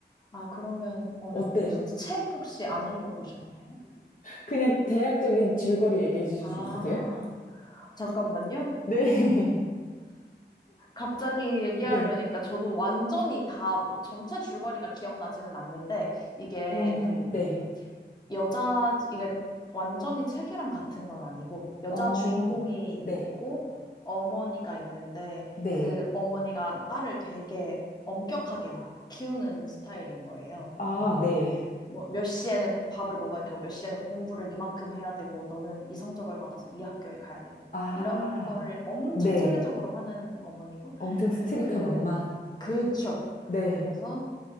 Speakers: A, on the left (about 20°); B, on the left (about 45°).
A: 아, 그러면 어려우실
B: 어때요?
A: 수, 책 혹시 안 읽어보셨나요?
B: 그냥 대략적인 줄거리 얘기해 주실
A: 아.
B: 수 있으세요?
A: 잠깐만요.
B: 네.
A: 갑자기
B: <laughs>
A: 얘기하려니까
B: 네.
A: 저도 완전히 다 뭐- 전체 줄거리가 기억나지는 않는데 이게
B: 어,
A: 그
B: 네.
A: 여자 이게 완전히 책이랑 같은 건 아니고 여자
B: 어,
A: 주인공이
B: 네.
A: 있고 어머니가 있는데
B: 네.
A: 그 어머니가 딸을 되게 엄격하게 막 키우는 스타일인 거예요.
B: 아,
A: 막
B: 네.
A: 뭐 몇 시에는 밥을 먹어야 되고 몇 시에는 공부를 이만큼 해야 되고 너는 이 성적을 받아서 이 학교에 가야 되고
B: 아,
A: 이런 거를 엄청
B: 네.
A: 체계적으로 하는 어머니고
B: 엄청 스트릭한
A: 그래서 그
B: 엄마.
A: 그쵸
B: 네,
A: 그래서